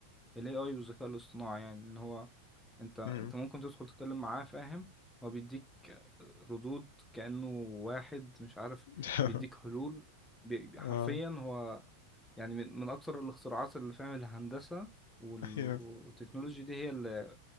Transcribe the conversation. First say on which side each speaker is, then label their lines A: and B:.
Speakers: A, in the centre; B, on the left.
A: AI والذكاء الاصطناعي يعني ان هو انت انت
B: مم.
A: ممكن تدخل تتكلم معاه فاهم هو بيديك ردود كأنه واحد مش عارف
B: <laughs>
A: بيديك حلول بي- بي-
B: اه
A: حرفيا هو يعني من من اكثر الاختراعات اللي فاهم الهندسة وال-
B: ايوه
A: والتكنولوجيا دي هي اللي